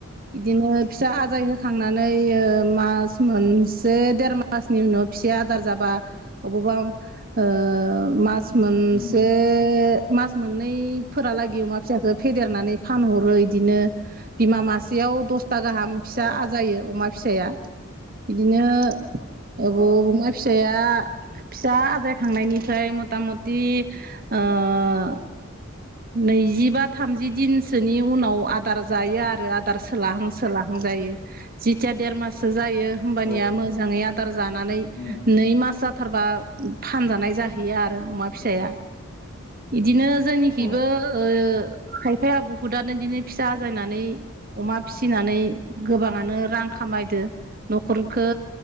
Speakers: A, on the right (about 45°); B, on the left (about 40°).
A: इदिनो फिसा आजाय होखांनानै मास मोनसे देर मासनि उनाव फिसाया आदार जाबा बा अबावबा ओ मास मोनसे
B: उम
A: मास मोननै फोरलागै अमा फिसखौ फेदेरनानै फानहरो इदिनो बिमा मासेयाव दसथा गाहाम फिसा
B: अ
A: आजायो अमा फिसाया बिदिनो
B: अ
A: अबाव
B: अ
A: अमा फि साया फिसा आजायखांनायनिफ्राय मथा मथि ओ ओ नैजिबा थामजि दिनसोनि उनाव आदार जायो आरो दार सोलाहां सोलाहां जायो जिथिया देर माससो जायो होमबानिया
B: औ
A: मोजाङै आदार जानानै
B: उम
A: नै मास जाथारबा फानजानाय जाहैयो आरो अमा फिसाया बिदिनो जोंनिखिबो
B: अ
A: ओ खाय फाया बुहुदानो बिदिनो फिसा आजायनानै अमा फिसिनानै गोबाङानो रां खामायदो न'खरखो